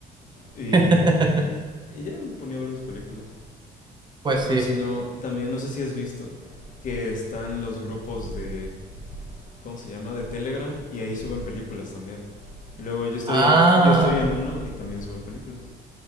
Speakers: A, on the left (about 50°); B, on the right (about 25°).
A: Y,
B: <laughs>
A: y ya me ponía a ver mis películas.
B: Pues sí.
A: Así no, también no sé si has visto que están los grupos de, ¿cómo se llama? De Telegram y ahí suben películas también. Luego yo estoy
B: Ah.
A: en, yo estoy en uno y también suben películas.